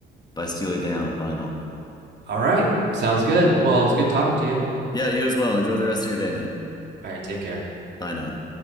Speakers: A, on the left; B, on the right.
A: by Steely Dan on vinyl.
B: All right. Sounds good. Well, it was good talking to you.
A: Yeah, you as well. Enjoy the rest of your day, man.
B: All right, take care.
A: Bye now.